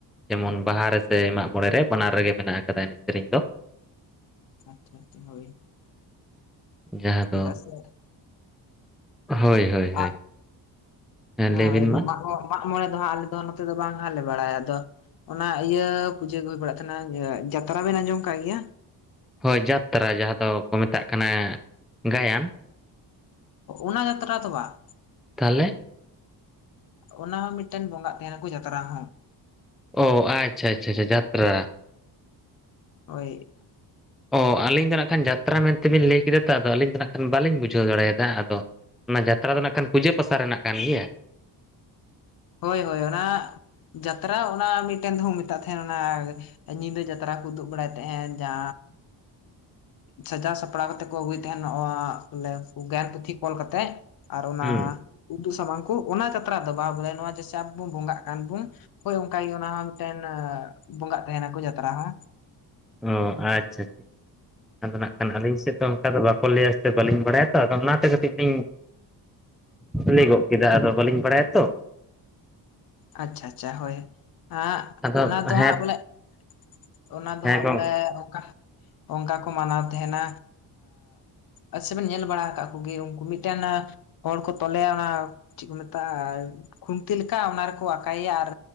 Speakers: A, in the centre; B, on the left.
A: ᱡᱮᱢᱚᱱ ᱵᱟᱦᱟ ᱨᱮᱥᱮ ᱢᱟᱜ ᱢᱚᱬᱮ ᱨᱮ ᱵᱟᱱᱟᱨ ᱨᱮᱜᱮ ᱢᱮᱱᱟᱜ ᱟᱠᱟᱫᱟ ᱮᱱᱮᱡ ᱥᱮᱨᱮᱧ ᱫᱚ᱾
B: ᱟᱪᱪᱷᱟ ᱟᱪᱪᱷᱟ ᱦᱳᱭ
A: ᱡᱟᱦᱟᱸ ᱫᱚ
B: ᱪᱮᱫᱟᱜ ᱥᱮ
A: ᱦᱳᱭ ᱦᱳᱭ ᱦᱳᱭ᱾
B: ᱟᱜ
A: ᱦᱮᱸ ᱞᱟᱹᱭ ᱵᱤᱱ
B: ᱦᱳᱭ
A: ᱢᱟ
B: ᱢᱟᱜ ᱢᱚᱬᱮ ᱫᱚ ᱦᱟᱸᱜ ᱟᱮ ᱫᱚ ᱱᱚᱛᱮ ᱫᱚ ᱵᱟᱝ ᱦᱟᱸᱜ ᱞᱮ ᱵᱟᱲᱟᱭᱟ ᱟᱫᱚ ᱚᱱᱟ ᱤᱭᱟᱹ ᱯᱩᱡᱟᱹ ᱜᱮ ᱦᱩᱭ ᱵᱟᱲᱟᱜ ᱛᱟᱦᱮᱱᱟ ᱡᱟᱛᱨᱟ ᱵᱮᱱ ᱟᱸᱡᱚᱢ ᱟᱠᱟᱫ ᱜᱮᱭᱟ
A: ᱦᱳᱭ ᱡᱟᱛᱨᱟ ᱡᱟᱦᱟᱸ ᱫᱚᱠᱚ ᱢᱮᱛᱟᱜ ᱠᱟᱱᱟ ᱜᱟᱭᱟᱱ
B: ᱚᱱᱟ ᱡᱟᱛᱨᱟ ᱫᱚ ᱵᱟᱝ
A: ᱛᱟᱦᱚᱞᱮ
B: ᱚᱱᱟ ᱦᱚᱸ ᱢᱤᱫᱴᱮᱱ ᱵᱚᱸᱜᱟᱜ ᱛᱟᱦᱮᱱᱟᱠᱚ ᱡᱟᱛᱨᱟ ᱦᱚᱸ
A: ᱚ ᱟᱪᱪᱷᱟ ᱟᱪᱪᱷᱟ ᱟᱷᱟ ᱡᱟᱛᱨᱟ
B: ᱦᱳᱭ
A: ᱚ ᱟᱹᱞᱤᱧ ᱫᱚ ᱱᱟᱜ ᱠᱷᱟᱱ ᱡᱟ ᱵᱟᱛᱨᱟ ᱢᱮᱱᱛᱮᱵᱤᱱ ᱞᱟᱹᱭ ᱠᱮᱫᱟ ᱛᱚ ᱟᱫᱚ ᱟᱹᱞᱤᱧ ᱫᱚ ᱱᱟᱜ ᱠᱷᱟᱱ ᱵᱟᱹᱞᱤᱧ ᱵᱩᱡᱷᱟᱹᱣ ᱫᱟᱲᱮᱭᱟᱫᱟ ᱟᱫᱚ ᱚᱱᱟ ᱡᱟᱛᱨᱟ ᱫᱚ ᱱᱟᱜ ᱠᱷᱟᱱ ᱯᱩᱡᱟᱹ ᱯᱟᱥᱟ ᱨᱮᱱᱟᱜ ᱠᱟᱱ ᱜᱮᱭᱟ
B: ᱦᱳᱭ ᱦᱳᱭ ᱚᱱᱟ ᱡᱟᱛᱨᱟ ᱚᱱᱟ ᱢᱤᱫᱴᱮᱱ ᱫᱚ ᱢᱮᱛᱟᱜ ᱛᱟᱦᱮᱱ ᱚᱱᱟ ᱧᱤᱫᱟᱹ ᱡᱟᱛᱨᱟ ᱠᱚ ᱩᱫᱩᱜ ᱵᱟᱲᱟᱭᱮᱫ ᱛᱟᱦᱮᱸᱱ ᱡᱟ ᱥᱟᱡᱟᱣ ᱥᱟᱯᱲᱟᱣ ᱠᱟᱛᱮᱫ ᱠᱚ ᱟᱹᱜᱩᱭ ᱛᱟᱦᱮᱱᱟᱚᱜ ᱵᱚᱞᱮ ᱩᱱ ᱜᱮᱭᱟᱱ ᱯᱩᱛᱷᱤ ᱠᱚᱞ ᱠᱟᱛᱮᱫ ᱟᱨ ᱚᱱᱟ
A: ᱦᱩᱸ
B: ᱩᱛᱩ ᱥᱟᱢᱟᱝ ᱠᱚ ᱚᱱᱟ ᱡᱟᱛᱨᱟ ᱫᱚ ᱵᱟ ᱵᱟᱭᱟ ᱱᱚᱣᱟ ᱡᱮᱭᱥᱮ ᱟᱵ ᱵᱚᱱ ᱵᱚᱸᱜᱟᱜ ᱠᱟᱱ ᱵᱚᱱ ᱦᱳᱭ ᱚᱱᱠᱟᱜᱮ ᱚᱱᱟ ᱦᱚᱸ ᱢᱤᱫᱴᱮᱱ ᱵᱚᱸᱜᱟᱜ ᱛᱟᱦᱮᱱᱟᱠᱚ ᱡᱟᱛᱨᱟ ᱦᱚᱸ
A: ᱚ ᱟᱪᱪᱷᱟ ᱟᱪᱪᱷᱟ ᱟᱪᱷᱟ ᱟᱫᱚ ᱱᱟᱜ ᱠᱷᱟᱱ ᱟᱹᱞᱤᱧ ᱥᱮᱫ ᱫᱚ ᱚᱱᱠᱟ ᱫᱚ ᱵᱟᱠᱚ ᱞᱟᱹᱭᱟ ᱥᱮ ᱵᱟᱹᱞᱤᱧ ᱵᱟᱲᱟᱭᱟᱛᱚ ᱟᱫᱚ ᱚᱱᱟᱛᱮ ᱠᱟᱹᱴᱤᱡ ᱞᱤᱧ ᱞᱟᱹᱭ ᱜᱚᱫ ᱠᱮᱫᱟ ᱟᱫᱚ ᱵᱟᱹᱞᱤᱧ ᱵᱟᱲᱟᱭᱟᱛᱚ
B: ᱟᱪᱪᱷᱟ ᱟᱪᱪᱷᱟ ᱦᱳᱭ ᱦᱮᱸ
A: ᱟᱫᱚ
B: ᱚᱱᱟ ᱫᱚ
A: ᱦᱮᱸ
B: ᱦᱟᱸᱜ ᱵᱚᱞᱮ <inaudible> ᱚᱱᱟ ᱫᱚ
A: ᱦᱮᱸ
B: ᱦᱟᱸᱜ
A: ᱜᱚᱝ
B: ᱵᱚᱞᱮ ᱚᱱᱠᱟ ᱚᱱᱠᱟ ᱠᱚ ᱢᱟᱱᱟᱣ ᱛᱟᱦᱮᱱᱟ ᱟᱪ ᱥᱮ ᱵᱮᱱ ᱧᱮᱞ ᱵᱟᱲᱟ ᱟᱠᱟᱫ ᱠᱚᱜᱮ ᱩᱱᱠᱩ ᱢᱤᱫᱴᱮᱱ ᱦᱚᱲ ᱠᱚ ᱛᱚᱞᱮᱭᱟ ᱚᱱᱟ ᱪᱮᱫ ᱠᱚ ᱢᱮᱛᱟᱜᱼᱟ ᱟᱨ ᱠᱷᱩᱱᱴᱤ ᱞᱮᱠᱟ ᱚᱱᱟ ᱟᱠᱟᱭᱟ ᱟᱨ